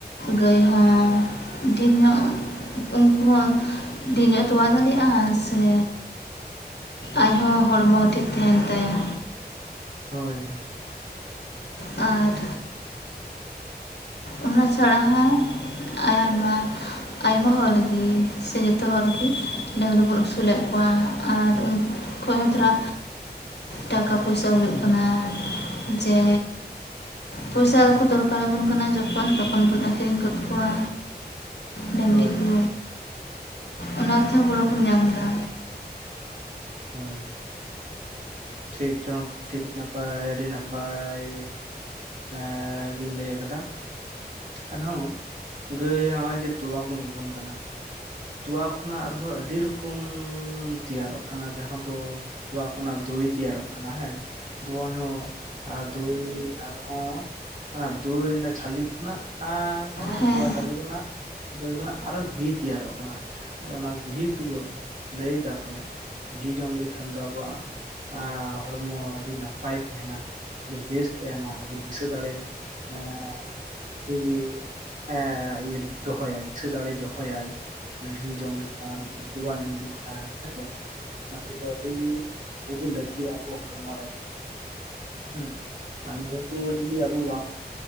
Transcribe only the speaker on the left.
ᱜᱟᱹᱭ ᱦᱚᱸ, ᱰᱷᱮᱨ ᱧᱚᱜᱼᱼ ᱩᱱᱠᱩ ᱦᱚᱸ, ᱰᱷᱮᱨᱧᱚᱜ ᱛᱚᱣᱟ ᱫᱟᱲᱮᱭᱟᱜᱼᱟ ᱥᱮᱼᱼ ᱟᱡ ᱦᱚᱸ ᱦᱚᱲᱢᱚ ᱴᱷᱤᱠ ᱛᱟᱦᱮᱱ ᱛᱟᱭᱟ᱾
ᱟᱨ ᱚᱱᱟ ᱪᱷᱟᱲᱟ ᱦᱚᱸ, ᱟᱭᱢᱟ᱾ ᱟᱭᱢᱟ ᱦᱚᱲ ᱜᱮ, ᱥᱮ ᱡᱚᱛᱚ ᱦᱚᱨ ᱜᱮ, ᱰᱟᱹᱝᱨᱤ ᱵᱚᱱ ᱟᱹᱥᱩᱞᱮᱫ ᱠᱚᱣᱟ ᱟᱨ ᱩᱸᱼᱼ ᱠᱷᱚᱭ ᱛᱷᱚᱨᱟ ᱴᱟᱠᱟ ᱯᱩᱭᱥᱟ ᱦᱩᱭᱩᱜ ᱠᱟᱱᱟ, ᱡᱮᱼᱼ ᱯᱚᱭᱥᱟ ᱠᱚ ᱫᱚᱨᱠᱟᱨ ᱟᱵᱚᱱ ᱠᱟᱱᱟ ᱡᱚᱼᱼ ᱡᱚᱠᱷᱚᱱ ᱛᱚᱠᱷᱚᱱ ᱵᱚᱱ ᱟᱹᱠᱷᱨᱤᱧ ᱜᱚᱫ ᱠᱚᱣᱟ, ᱰᱟᱹᱝᱨᱤ
ᱠᱚ᱾ ᱚᱱᱟ ᱛᱮᱦᱚᱸ ᱜᱚᱲᱚ ᱵᱚᱱ ᱧᱟᱢ ᱮᱫᱟ᱾
ᱦᱮᱸ